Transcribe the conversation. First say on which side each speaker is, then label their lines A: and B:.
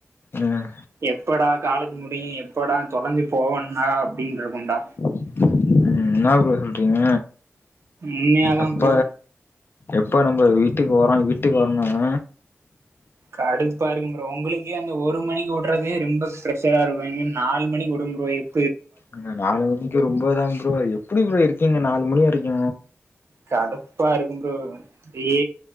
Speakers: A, on the left; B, on the right.
A: ம்
B: எப்படா காலேஜ் முடியு எப்படா தொலைஞ்சு போவன்னா அப்டின் இருக்குன்டா.
A: ம் என்னா ப்ரோ சொல்றீங்க
B: உண்மையாதா
A: அப்ப
B: ப்ரோ
A: எப்போ நம்ம வீட்டுக்கு வரோ வீட்டுக்கு வரன்னாங்க
B: கடுப்பா இருக்கும் ப்ரோ ஒங்களுக்கே அங்க ஒரு மணிக்கு வுட்றதே ரெம்ப ப்ரெஷரா இருக்கு இங்க நாலு மணிக்கு வுடும்ப்ரோ இப்
A: இங்க நாலு மணிக்கு ரொம்பதா ப்ரோ எப்டி ப்ரோ இருக்கீங்க நாலு மணி வரைக்கு
B: கடுப்பா இருக்கும் ப்ரோ எ